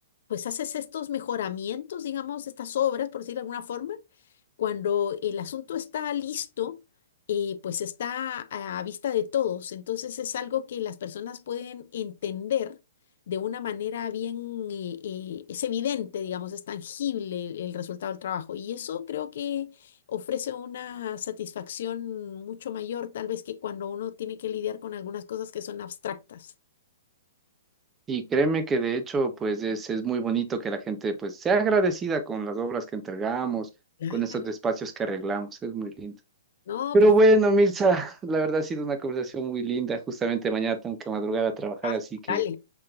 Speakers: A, on the left; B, on the right.
A: pues haces estos mejoramientos, digamos, estas obras, por decirlo de alguna forma, cuando el asunto está listo, eh, pues está a, a vista de todos. Entonces es algo que las personas pueden entender de una manera bien, eh, eh, es evidente, digamos, es tangible el resultado del trabajo. Y eso creo que ofrece una satisfacción mucho mayor, tal vez que cuando uno tiene que lidiar con algunas cosas que son abstractas.
B: Y créeme que de hecho, pues es, es muy bonito que la gente, pues, sea agradecida con las obras que entregamos,
A: Claro.
B: con estos espacios que arreglamos. Es muy lindo.
A: No,
B: Pero
A: perfecto.
B: bueno, Mirza, la verdad ha sido una conversación muy linda. Justamente mañana tengo que madrugar a trabajar,
A: Ah,
B: así que
A: dale.